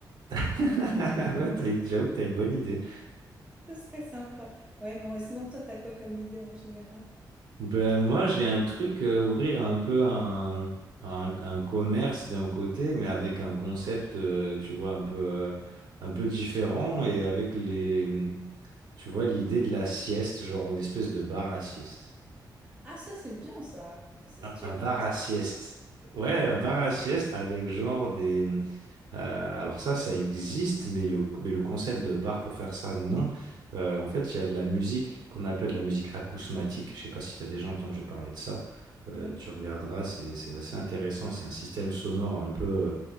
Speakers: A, on the right; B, on the right.
A: <laughs> Ouais, t'as, j'avoue que t'as une bonne idée.
B: Ça serait sympa. Ouais, non, et sinon, toi, t'as quoi comme idée en général?
A: Ben, moi, j'ai un truc, euh, ouvrir un peu un, un, un commerce d'un côté, mais avec un concept, euh, tu vois, un peu, euh, un peu différent et avec les, Tu vois, l'idée de la sieste, genre une espèce de bar à sieste.
B: Ah, ça, c'est bien, ça. Ça, ça
A: Un,
B: se tire
A: un bar
B: en Espagne.
A: à sieste. Ouais, un bar à sieste avec genre des... euh, alors ça, ça existe, mais le, mais le concept de bar pour faire ça, non. Euh, en fait, il y a de la musique qu'on appelle la musique acousmatique. Je sais pas si tu as déjà entendu parler de ça. Euh,
B: Oui,
A: tu regarderas, c'est, c'est assez intéressant et c'est un système sonore un peu euh,